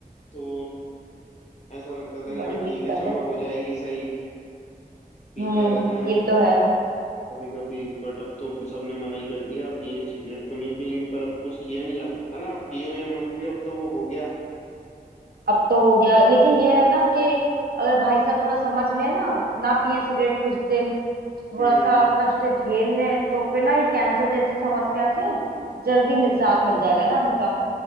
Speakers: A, on the left; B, on the right.
A: तो ऐसा लगता था कि
B: बड़ी
A: हाँ ठीक
B: दिक्कत
A: है चलो
B: है
A: हो जाएगी सही पीते
B: हम्म
A: रहते हैं
B: ये तो है
A: कभी कभी बट अब तो सबने मना ही कर दिया पिए सिगरेट तो नहीं पियेंगे पर अब कुछ किया नहीं जा सकता ना अब पियो या मत पियो अब तो वो हो गया
B: अब तो हो गया लेकिन ये है ना कि अगर भाई साहब थोड़ा समझ लें ना ना पिए सिगरेट कुछ दिन थोड़ा
A: हम्म
B: सा
A: हम्म।
B: कष्ट झेल लें तो फिर ना ये कैंसर जैसी समस्या से जल्दी निजात मिल जाएगा ना इनका